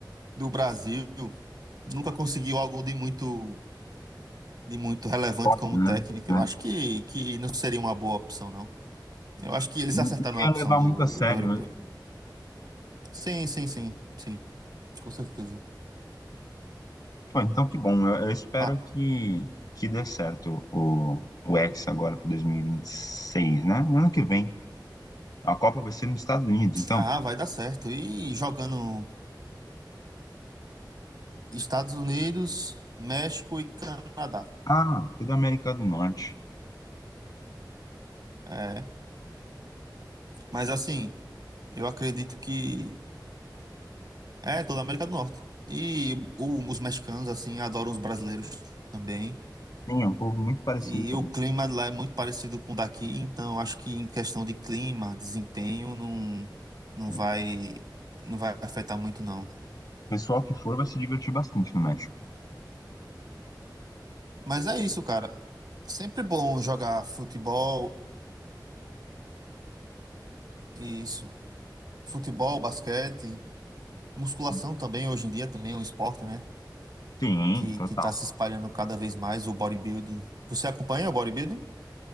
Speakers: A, on the right; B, on the left.
A: do Brasil. Nunca conseguiu algo de muito, de muito relevante
B: Forte,
A: como
B: né?
A: técnico.
B: É.
A: Eu acho que, que não seria uma boa opção, não. Eu acho que eles
B: Não
A: acertaram
B: não
A: na
B: ia
A: opção
B: levar
A: do,
B: muito a sério,
A: do europeu.
B: né?
A: Sim, sim, sim, sim, com certeza.
B: Pô, então que bom. Eu, eu espero
A: Ma-
B: que, que dê certo o, o X agora para 2026, né? No ano que vem. A Copa vai ser nos Estados Unidos, então.
A: ah, vai dar certo. E jogando Estados Unidos, México e Canadá.
B: Ah, toda a América do Norte.
A: É, mas assim, eu acredito que é toda a América do Norte. E o- os mexicanos, assim, adoram os brasileiros também.
B: Sim, é um povo muito parecido
A: E
B: com
A: o
B: a gente.
A: clima lá é muito parecido com o daqui, então acho que em questão de clima, desempenho, não, não
B: sim.
A: vai, não vai afetar muito, não.
B: O pessoal que for vai se divertir bastante no México.
A: Mas é isso, cara. Sempre bom jogar futebol, isso. Futebol, basquete, musculação
B: Sim,
A: também, hoje em dia também é um esporte, né?
B: Sim,
A: Que,
B: total.
A: que tá se espalhando cada vez mais, o bodybuilding. Você acompanha o bodybuilding?